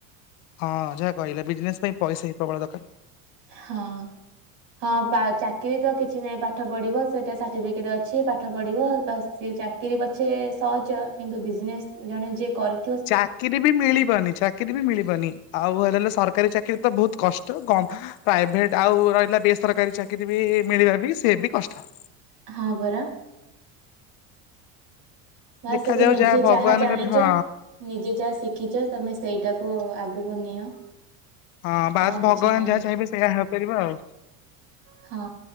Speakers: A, on the left (about 70°); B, on the right (about 55°).
A: ହଁ ଯାହା କହିଲା ବିଜନେସ୍ ପାଇଁ ପଇସା ହି ପ୍ରବଳ ଦରକାର।
B: ହଁ ହଁ ଚାକିରି ତ କିଛି ନାହିଁ ପାଠ ପଢିବ ସେଇଟା ସାଠିପିକ ଟେ ଅଛି ପାଠ ପଢ଼ିବ ବା ସ ଚାକିରରି ପଛେ ସହଜ କିନ୍ତୁ ବିଜନେସ୍ ଜଣେ ଯିଏ କରି
A: ଚାକିରି ବି ମିଳିିବନି ଚାକି କିରି ବି ମିଳିବନି ଆଉ ହେଲେ ସରକାରୀ ଚାକିରୀ ତ ବହୁତ କଷ୍ଟ କ ପ୍ରାଇଭେଟ୍ ଆଉ ରହିଲା ବେସରକାରୀ ଚାକିରୀ ବି ମିଳିବା ବି ସେ ବି କଷ୍ଟ।
B: ହଁ ପରା। ବାସ୍
A: ଦେଖାଯାଉ
B: ଏବେ ନିଜେ
A: ଭଗବାନଙ୍କର
B: ଯାହା ଜାଣିଚ?
A: ହଁ
B: ନିଜେ ଯାହା ଶିଖିଚ ତମେ ସେଇଟାକୁ ଆଗକୁ ନିଅ।
A: ହଁ ବାସ୍
B: ଆଉ କିଛି
A: ଭଗବାନ
B: ନାହିଁ
A: ଯାହା ଚାହିଁବେ ସେଇଆ ହେପାରିବ ଆଉ।
B: ହଁ